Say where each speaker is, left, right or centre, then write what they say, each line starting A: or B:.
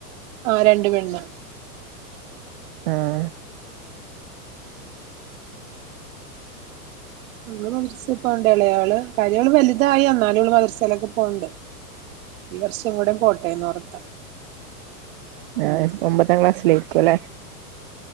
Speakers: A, on the right; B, on the right.
A: ആ രണ്ട് പെണ്ണ
B: ആഹ്
A: ഇവള് മദർസേ പോണ്ട് ഇളയാള് കാര്യവള് വലുതായി എന്നാലും മദർസേലൊക്കെ പോണ്ട് ഈ വർഷം കൂടെ പോട്ടേന്നോർത്ത
B: ആഹ്
A: ഉം
B: ഒമ്പതാം ക്ലാസ്സിലായ്ക്കും അല്ലേ